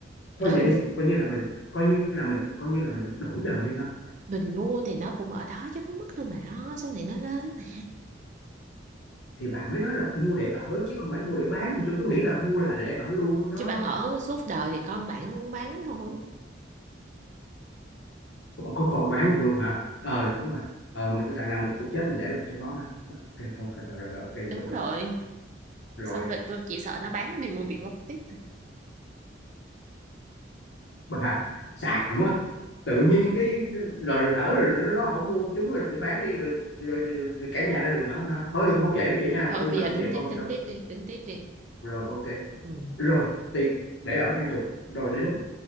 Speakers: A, on the left (about 70°); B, on the right (about 40°).
A: thôi
B: ừ
A: vậy đi coi như là mình coi như là mình coi như là mình đổi đời đi ha
B: mình mua thì nó cũng ở đó chứ không mất đâu mà lo. sau này nó lên mà
A: thì bà mới nói là mua để ở chứ không phải mua để bán thì tôi cứ nghĩ là mua là để ở luôn đó
B: chứ bạn ở suốt đời thì con bạn nó cũng bán thôi
A: còn có còn bán được luôn hả ờ đúng rồi ờ mình đằng nào mình cũng chết mình để lại cho nó ha ok ok, rồi rồi rồi, ok vậy
B: đúng
A: được
B: rồi
A: rồi rồi
B: xong rồi tôi chỉ sợ nó bán đi mua việc lót tiếp thôi
A: bà xàm quá tự nhiên cái rồi lỡ rồi nó nó không mua chúng rồi thì bán đi rồi rồi, rồi, rồi cả nhà ra đường ở ha thôi đừng không dạy nó vậy nha
B: thôi
A: tôi
B: bây
A: là
B: giờ
A: không có
B: tính
A: dạy
B: tiếp
A: con vậy
B: tính
A: đâu
B: tiếp đi tính tiếp đi
A: rồi ok
B: ừ.
A: rồi tiền để ở hai chục rồi đến